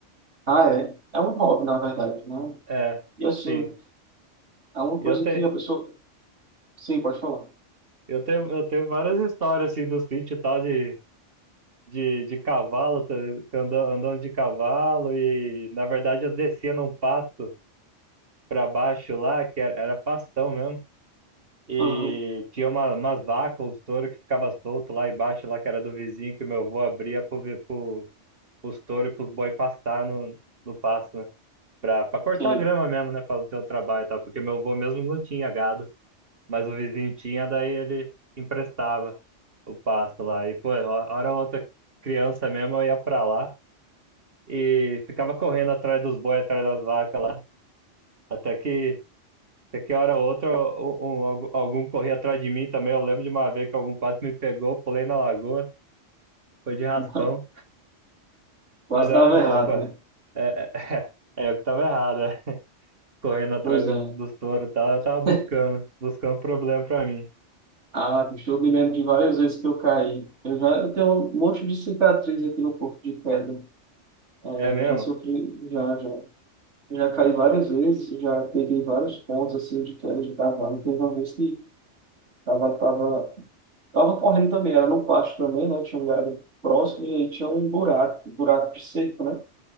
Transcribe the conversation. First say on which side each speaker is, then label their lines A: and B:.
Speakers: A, on the right; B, on the right.
A: Ah, é. É um hobby, na verdade, né?
B: É,
A: E, assim,
B: sim.
A: é uma
B: E
A: coisa
B: eu tenho,
A: que a pessoa... Sim, pode falar.
B: eu tenho, eu tenho várias histórias, assim, do sítio e tal de, de, de cavalo, tá ligado? andando, andando de cavalo e, na verdade, eu descia num pasto pra baixo lá, que era, era pastão mesmo. E
A: Aham,
B: tinha uma, umas vacas, uns touros que ficava solto lá embaixo, lá que era do vizinho, que o meu avô abria pro, vi- pro, pros touros e pros boi pastar no, no pasto, né? Pra, pra cortar
A: ok.
B: a grama mesmo, né? Pra não ter o trabalho e tal, porque meu avô mesmo não tinha gado, mas o vizinho tinha, daí ele emprestava o pasto lá. E, pô, ho- hora ou outra criança mesmo, eu ia pra lá e ficava correndo atrás dos boi, atrás das vacas lá, até que. Você que hora ou outra um- um- algum corria atrás de mim também. Eu lembro de uma vez que algum quase me pegou, eu pulei na lagoa, foi de raspão.
A: <laughs> Quase
B: Mas era
A: dava
B: boa,
A: errado,
B: pô. É,
A: né?
B: é, <laughs> é eu que tava errado, é. Correndo atrás
A: Pois
B: do-
A: é.
B: dos touros e tal, eu tava buscando,
A: <laughs>
B: buscando problema pra mim.
A: Ah, bicho, eu me lembro de várias vezes que eu caí. Eu já eu tenho um monte de cicatriz aqui no corpo de pedra. É, eu
B: É mesmo?
A: já sofri, já, já. Eu já caí várias vezes, eu já peguei vários pontos assim de queda de cavalo. Teve uma vez que tava, tava, tava correndo também, era no pasto também, né? Tinha um galho próximo e aí tinha um buraco, um buraco de cerco, né?